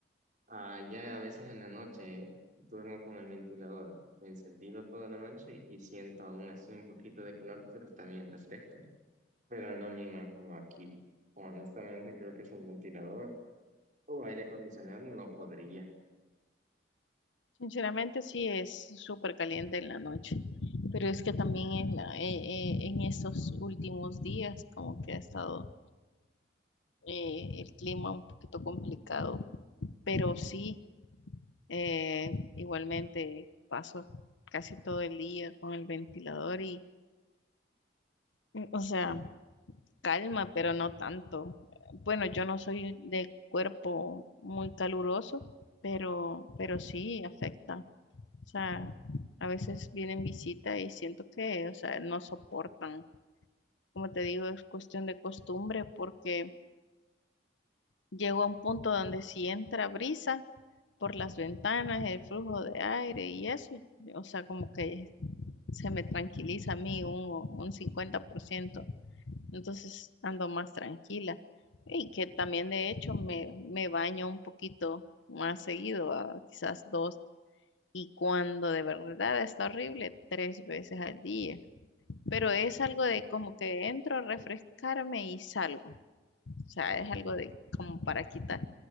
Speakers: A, on the right; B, on the left.
A: Ah, ya a veces en la noche duermo con el ventilador encendido toda la noche y siento aún así un poquito de calor, pero también refresco. Pero no me imagino aquí. Honestamente creo que sin ventilador o aire acondicionado no podría.
B: Sinceramente sí es súper caliente en la noche, pero es que también
A: Ujú,
B: en, la- eh, eh, en estos últimos días como que ha estado eh, el clima un poquito complicado, pero sí, eh, igualmente paso casi todo el día con el ventilador y, mm, o sea, calma, pero no tanto. Bueno, yo no soy de cuerpo muy caluroso, pero, pero sí afecta. O sea, a veces vienen visitas y siento que, o sea, no soportan. Como te digo, es cuestión de costumbre porque Llegó a un punto donde si entra brisa por las ventanas, el flujo de aire y eso, o sea, como que se me tranquiliza a mí un, un cincuenta por ciento entonces ando más tranquila. Y que también de hecho me, me baño un poquito más seguido, ah, quizás dos, y cuando de verdad está horrible, tres veces al día. Pero es algo de como que entro a refrescarme y salgo. O sea, es algo de como para quitar.